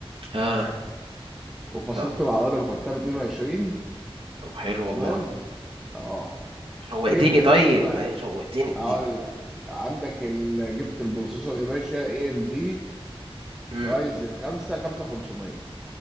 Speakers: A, on the right; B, in the centre.
A: اه
B: وفصلت
A: طب
B: مع الراجل وخدتها ب 22
A: طب حلو
B: تمام
A: والله
B: اه
A: شوقتني
B: جبت يا
A: طيب
B: باشا ايه بقى
A: ايه شوقتني دي
B: اقول لك عندك ال... جبت البروسيسور يا باشا اي ام دي
A: امم
B: رايزن 5 5500